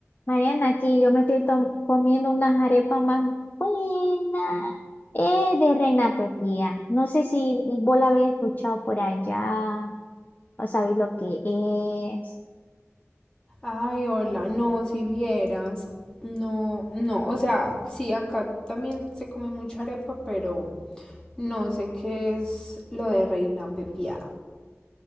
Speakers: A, on the left; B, on the left.
A: Mariana, aquí yo me estoy tom- comiendo unas arepas más buenas. Eh, de Reina Pepía. No sé si vos la habéis escuchado por allá o sabéis lo que es.
B: Ay, hola, no, si vieras, no, no, o sea, sí, acá también se come mucha arepa, pero no sé qué es lo de reina pepiada.